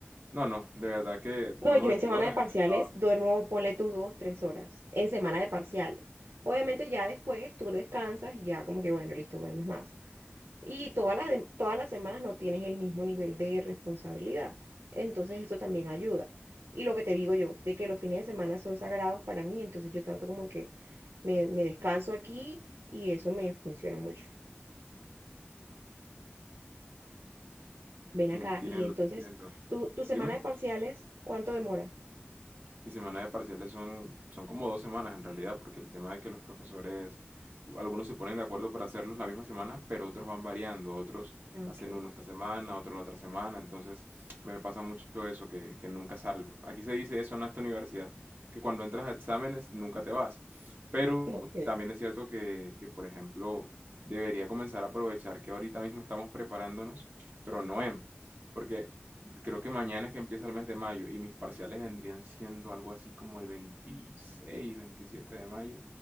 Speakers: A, on the right; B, on the right.
A: No, no, de verdad que
B: No,
A: a uno
B: yo
A: lo
B: en
A: explotan
B: semana de parciales
A: en el trabajo.
B: duermo, ponle tus dos, tres horas, en semana de parciales. Obviamente ya después tú descansas y ya como que, bueno, listo, duermes más. Y todas las, dem- todas las semanas no tienes el mismo nivel de responsabilidad. Entonces eso también ayuda. Y lo que te digo yo, de que los fines de semana son sagrados para mí, entonces yo trato como que me, me descanso aquí y eso me funciona mucho. Ven
A: Te
B: acá.
A: entiendo,
B: Y entonces,
A: te entiendo.
B: ¿tu, tu semana
A: Dime.
B: de parciales, cuánto demora?
A: Mi semana de parciales son, son como dos semanas en realidad, porque el tema de que los profesores, algunos se ponen de acuerdo para hacerlos la misma semana, pero otros van variando, otros
B: Ah,
A: hacen
B: Ok.
A: uno esta semana, otro la otra semana, entonces me pasa mucho eso, que, que nunca salgo. Aquí se dice eso en esta universidad, que cuando entras a exámenes nunca te vas, pero
B: Ok.
A: también es cierto que, que por ejemplo, debería comenzar a aprovechar que ahorita mismo estamos preparándonos, pero no en, porque Creo que mañana es que empieza el mes de mayo y mis parciales vendrían siendo algo así como el 26, 27 de mayo,